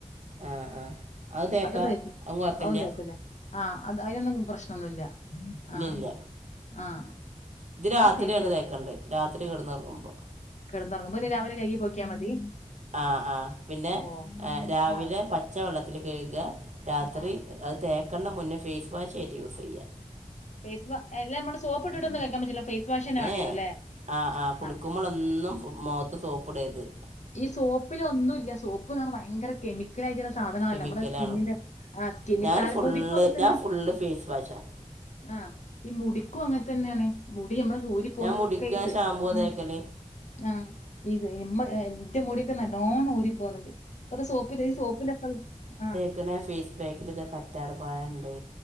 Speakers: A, on the right; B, on the left.
A: ആ ആ അത് തേക്കാം
B: അതൊക്കെ തേക്കും
A: അത് കുഴപ്പമില്ല
B: അതും തേക്കലേ. ആഹ് അത് അയ്നൊന്നും പ്രശ്നൊന്നുല്ല
A: ഇല്ല
B: ആഹ്
A: ഇല്ല
B: ആഹ്.
A: ഇത് രാത്രിയാണ്
B: തേച്ചോ
A: തേക്കണ്ടത്. രാത്രി കെടന്നൊർങ്ങുമ്പം.
B: കിടന്നുറങ്ങുമ്പോ ര് രാവിലെ കഴുകി പോക്കിയാ മതി
A: ആ ആഹ് പിന്നെ
B: ഓ
A: രാവിലെ
B: ആഹ്
A: പച്ചവെള്ളത്തില് കഴുക രാത്രി
B: ആഹ്
A: അത് തേ ക്കണ്ട മുന്നേ ഫേസ് വാഷ് ആയിട്ട് യൂസ് ചെയ്യ
B: ഫേസ് വാ അല്ല നമ്മള് സോപ്പ്ട്ടൊന്നും കയ്ക്കാൻ പറ്റില്ല ഫേസ് വാഷന്നെ വേണ്ടി
A: ഏ ഹേ
B: വരുംല്ലേ
A: ആഹ് ആഹ് കുളിക്കുമ്പളൊന്നും
B: ആ
A: മോത്ത് സോപ്പ്ടര്ത്
B: ഈ സോപ്പിലൊന്നുല്ല സോപ്പ്ന്ന് പറഞ്ഞ ഭയങ്കര കെമി ക്കലായിട്ടുള്ള സാധന
A: കെമിക്കലാണ്
B: നമ്മുടെ സ്കിന്നിന്റെആഹ് സ്കിന്നിൽ
A: ഞാൻ
B: തലമുടിക്കും
A: ഫുള്ള്
B: അങ്ങൻ തന്നെ
A: ഞാൻ ഫുള്ള് ഫേസ് വാഷാണ്
B: ആഹ് ഈ മുടിക്കും അങ്ങനെ തന്നെയാണ് മുടി നമ്മള് ഊരി പോന്ന്
A: ഞാൻ
B: <unintelligible>
A: മുടിക്കാൻ ഷാമ്പൂ
B: ആഹ്
A: തേക്കൽ
B: ആഹ് ഇത് ഇമ്മ ഇൻ്റെ മുടിക്ക നല്ലോണ്ണം ഊരി പോന്നുണ്ട് ഇപ്പത സോപ്പിൽ ഈ സോപ്പിലൊക്കെ ആഹ്
A: ക്ക്ണ ഫേസ് പാക്കിൽ താ കറ്റാർ വാഴണ്ട്